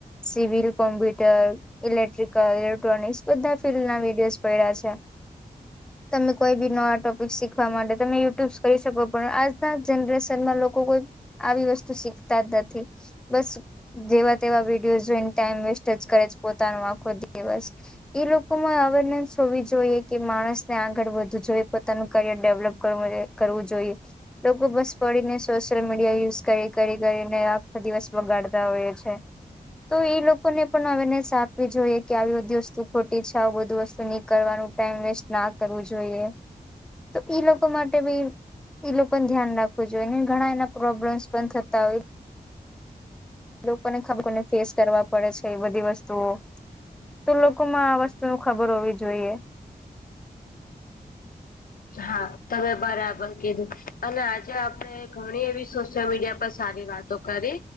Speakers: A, in the centre; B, on the left.
A: Civil computer. ઇલેક્ટ્રિકલ ઇલેક્ટ્રોનિક્સ બધા ફિલ્ડના વિડીયોઝ પડ્યા છે. તમે કોઈ બી નવા ટોપિક શીખ. શીખવા માટે તમે યુટ્યુબ્સ કરી શકો પણ આજના જનરેશનમાં લોકો કોઈ. આવી વસ્તુ શીખતા જ નથી. બસ જેવા તેવા વિડીયો જોઈને ટાઈમ વેસ્ટ જ કરે છે પોતાનો આખો દીસ. એ લોકો માં અવેરનેસ હોવી જોઈએ કે માણસને આગળ વધવું જોઈએ પોતાનું. કરિયર ડેવલપ કરવું કરવું જોઈએ. લોકો બસ પડીને સોશિયલ મીડિયા યુઝ કરી કરી કરીને આખો દિવસ બગાડતા હોય છે. તો એ લોકોને પણ અવેરનેસ આપવી જોઈએ કે આવી બધી વસ્તુ ખોટી છે આવું બધું વસ્તુ ની. કરવાનું ટાઈમ વેસ્ટ ના કરવું જોઈએ. તો ઈ લોકો માટે ભી ઈ લોકો ધ્યાન રાખવું જોઈએ ઘણા એના પ્રોબ્લેમ્સ પણ થતા હોય. લોકોને ખબર કોને ફેસ કરવા પડે છે એ બધી વસ્તુઓ. તો લોકોમાં આ વસ્તુ ન ખબર હોવી જોઈએ.
B: હા તમે બરાબર કીધું અને આજે આપણે ઘણી એવી સોશિયલ મીડિયા પર સારી વાત. દકારે